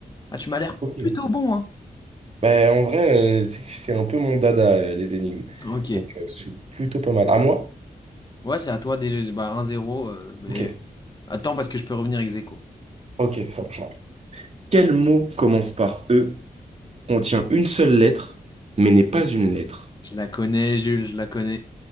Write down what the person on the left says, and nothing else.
Ah, tu m'as l'air
plutôt bon, hein.
Ok.
Ouais, c'est à toi, déjà, bah, 1-0, euh, mais...
Attends, parce que je peux revenir ex aequo.
Je la connais, Jules, je la connais.